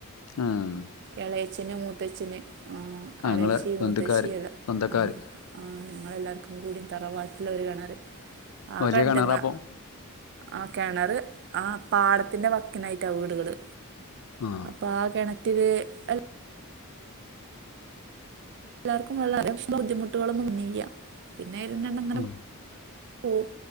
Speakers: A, on the left (about 80°); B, on the right (about 50°).
A: ആഹ്
B: എളയച്ചന് മൂത്തച്ഛന് ആ
A: ആഹ്
B: എളയേച്ചി
A: ഇങ്ങളെ ബന്ധുക്കാര്
B: മൂത്തേച്ചി എല്ലാ
A: സ്വന്തക്കാര്
B: ആഹ് ഞങ്ങൾ എല്ലാവർക്കും കൂടി തറവാട്ടിലൊരു കിണറ് ആ
A: ഒരു
B: കിണറ്റിന്നാ
A: കിണറാപ്പം
B: ആ കെണറ് ആ പാടത്തിന്റെ വക്കിനായിട്ടാ വീടുകള്
A: ആഹ്
B: പ്പാ കിണറ്റില് എല്ല എല്ലാർക്കും വളരെ <inaudible> ബുദ്ധിമുട്ടുകളൊന്നും വന്നില്ല്യ പിന്നെ വ
A: ആഹ്
B: ഓ